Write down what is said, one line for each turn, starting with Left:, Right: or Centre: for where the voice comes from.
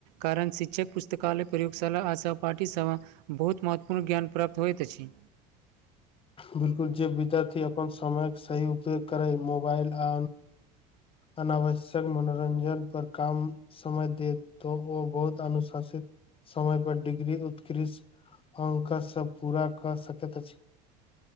Right: कारण शिक्षक पुस्तकालय प्रयोगशाला आ सहपाठी स बहुत महत्वपूर्ण ज्ञान प्राप्त होइत अछि।
Left: बिल्कुल जे विद्यार्थी अपन समय कऽ सही उपयोग करै मोबाइल आ। अनावश्यक मनोरंजन पर कम। समय दे तऽ ओ बहुत अनुशासित समय पर डिग्री उत्कृष अंक सब पूरा कऽ सकैत अछि।